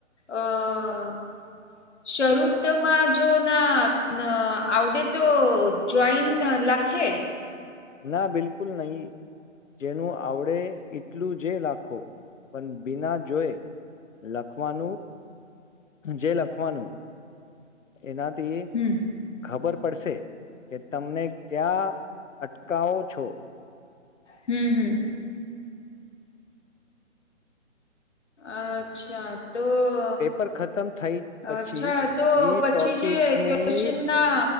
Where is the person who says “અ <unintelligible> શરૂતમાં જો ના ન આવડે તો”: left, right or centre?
Left